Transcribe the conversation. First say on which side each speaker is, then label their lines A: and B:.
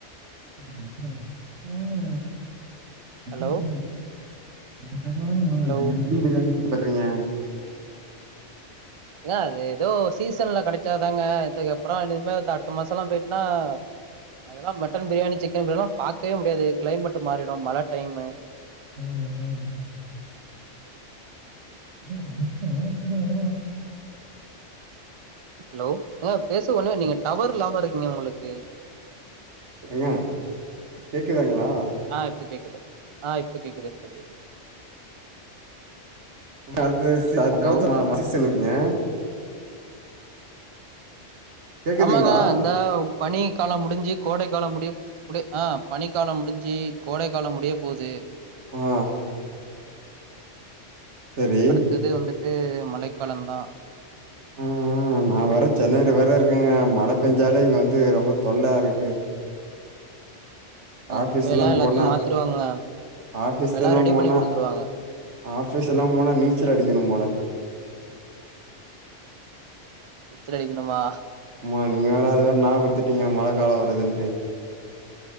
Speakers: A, on the right; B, on the right.
A: <inaudible> ஜாலியா
B: ஹலோ
A: இருக்கிங்க உங்க காட்ல தாங்க மழ
B: ஹலோ
A: டெய்லிக்கும் பிரியாணி சாப்பறீங்க
B: ஏங்க அது எதோ ஒரு சீசன்ல கெடைச்சாதாங்க இதுக்கு அப்றோம் இனிமே அடுத்த மாசலாம் போயிட்டுனா அதெல்லா மட்டன் பிரியாணி சிக்கன் பிரியாணில்லாம் பாக்கவே முடியாது கிளைமேட்டு மாறிடும் மழ டைமு
A: ம் ம் ம் <inaudible>
B: ஹலோ ஏங்க பேச ஒன்னுமே நீங்க டவர் இல்லாம இருக்கிங்க உங்களுக்கு
A: ஏங்க கேக்குதுங்களா
B: ஆ இப்ப கேக்குது ஆ இப்ப கேக்குது இப்ப கேக்குது
A: இனிமே அடுத்து <unintelligible>
B: ஹலோ
A: சீசனு இருக்குங்க கேக்குதுங்களா
B: ஆமாங்க இந்த பனி காலம் முடிஞ்சி கோடை காலம் முடிய போ குடே ஆ பனிக்காலம் முடிஞ்சி கோடை காலம் முடிய போவுது
A: ஆ சரி
B: த்தது வந்துட்டு மழைக்காலந்தா
A: ம் ம் நா வேற சென்னையில வேற இருக்கங்க மழ பெஞ்சாலே இங்க வந்து ரொம்ப தொல்லா இருக்கு
B: ம்
A: ஆபீஸ்லா
B: இப்பலாம் எல்லாத்தையும்
A: போனா
B: மாத்திருவாங்கங்க.
A: ஆபீஸ்லலா
B: இப்பலாம் ரெடி
A: போனா
B: பண்ணி குடுத்துருவாங்க.
A: ஆபீஸ்லாம் போனா நீச்சல் அடிக்கணும் போல
B: நீச்சல் அடிக்கணுமா
A: மா நீங்க வேற அது வேற ஞாபடுத்திட்டீங்க மழ காலோ வருதுன்ட்டு